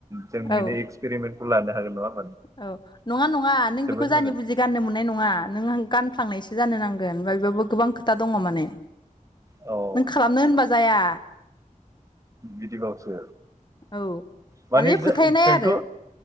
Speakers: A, on the right (about 20°); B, on the left (about 30°).
A: जों
B: औ
A: बेनि एक्सपेरिमेन्टखौ लानो हागोन <unintelligible>
B: औ नङा नङा नों
A: जोबोद
B: बेखौ जानि
A: मोजां
B: बुजि गाननो मोननाय नङा नों गानफ्लांनायसै। सो जानो नांगोन ओमफ्राय बेबो गोबां खोथा दङ माने
A: औ
B: नों खालामनो होनबा जाया।
A: बिदिबावसो
B: औ
A: माने जोंथ'
B: फोथायनाय आरो